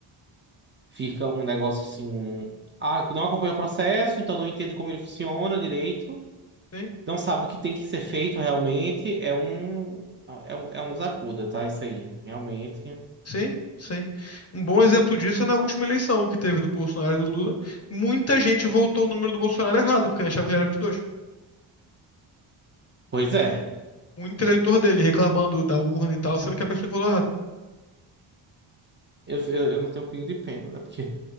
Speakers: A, on the right (about 25°); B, on the left (about 30°).
A: fica um negócio assim. Ah, não acompanha o processo, então não entende como ele funciona direito,
B: Sim,
A: não sabe o que tem que ser feito realmente. É um, é um, é um zacuda, tá? Isso aí, realmente.
B: sim, sim. Um bom exemplo disso é na última eleição que teve do Bolsonaro e do Lula. Muita gente votou o número do Bolsonaro errado, porque achava que ele era 22.
A: Pois é,
B: Muito eleitor dele reclamando da urna e tal, sendo que é a pessoa que votou errado.
A: eu, eu, eu não tenho um pingo de pena, né? Porque,